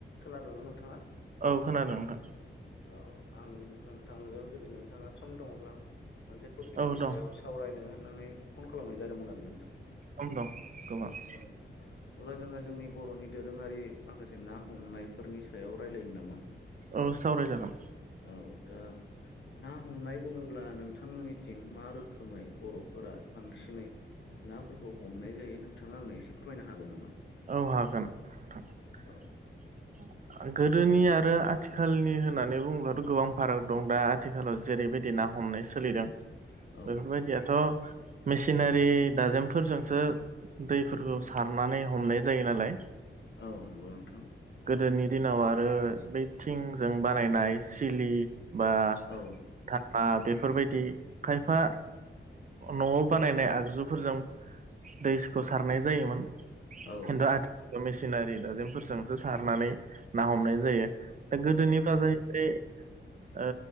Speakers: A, on the left; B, on the right.
A: खोनादोंना नोंथाङा?
B: औ खोनादों नोंथां।
A: औ आं नोंथांजों जुदि नोंथाङा सम दङब्ला मोनसे टपिकनि
B: औ दं
A: सायाव सावरायनो होननानै फन खालामनाय जादोंमोन आरो नोंथां।
B: सम दं गोबां।
A: औ। अब्ला जोङो जोंनि बर'नि दोरोङारि माखासे ना हमनायफोरनि सायाव रायलायनो नामा?
B: औ सावरायजागोन।
A: औ दा ना हमनाय बुङोब्ला नोंथांमोननिथिं मा रोखोमै बर'फोरा बांसिनै नाफोरखौ हमनाय जायो नोंथाङा आंनो एसे फोरमायनो हागोन नामा?
B: औ हागोन नोंथां।
A: औ
B: गोदोनि आरो आथिखालनि होननानै बुङोबाथ' गोबां फाराग दं दा आथिखालाव जेरैबायदि ना हमनाय सोलिदों
A: औ
B: बेफोरबायदियाथ' मेसिनारि दाजेमफोरजोंसो दैफोरखौ सारनानै हमनाय जायो नालाय।
A: औ नंगौ नोंथां।
B: गोदोनि दिनाव आरो बै थिंजों बानायनाय सिलि बा
A: औ
B: दा बेफोरबायदि खायफा न'आव बानायनाय आगजुफोरजों दैखौ सारनाय जायोमोन
A: औ
B: खिन्थु आथिखाल मेसिनारि दाजिमफोरजोंसो सारनानै ना हमनाय जायो। दा गोदोनिफ्रा
A: औ
B: जाहैबाय ओ